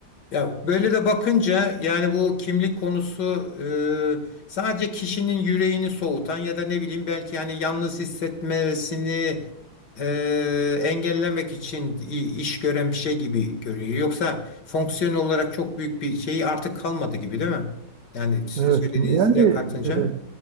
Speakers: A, on the left; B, on the right.
A: Ya böyle de bakınca yani bu kimlik konusu e, sadece kişinin yüreğini soğutan ya da ne bileyim belki yani yalnız hissetmesini e, engellemek için i- iş gören bir şey gibi görünüyor. Yoksa fonksiyon olarak çok büyük bir şey artık kalmadı gibi değil mi? Yani sizin
B: Evet
A: söylediğinizi
B: yani
A: de katınca.
B: e,